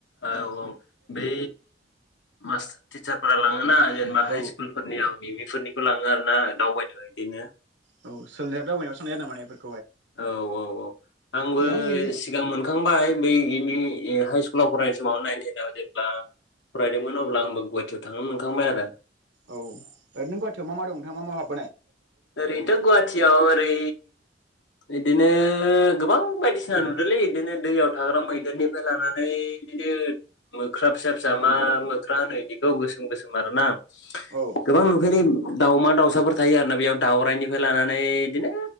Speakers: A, on the left; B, on the right.
A: औ औ बै मास टिचारफोरा लाङोना जेनेबा
B: औ
A: हाइ स्कुलफोरनियाव मिमि फोरनिखौ लाङो आरो ना। दावबायदो बिदिनो।
B: औ <unintelligible> माने बेफोर
A: औ औ औ आंबो
B: दं बिदिनो
A: सिगां मोनखांबाय बै <unintelligible> हाइ स्कुलाव फरायनाय समाव नाइन टेनाव जेब्ला फरायदोंमोन अब्ला आंबो गुवाहाटियाव थांनो मोनखांबाय आदा।
B: औ ओरैनो गुवाहाटियाव मा मा दं नोंथां मा हायाव हाब
A: ओरैनोथ गुवाहाटियाव ओरै बिदिनो गोबां बायदिसिना नुदोलै बिदिनो दैयाव थाग्रा मैदेरनिफ्राय लानानै बिदिनो मोख्रा फिसा फिसा मा मोख्रा होनो इखौ गोसोम गोसोम आरोना
B: औ
A: गोबां नुफेरै दाउमा दाउसाफोर थायो आरो ना बेयाव। दावरायनिफ्राय लानानै बिदिनो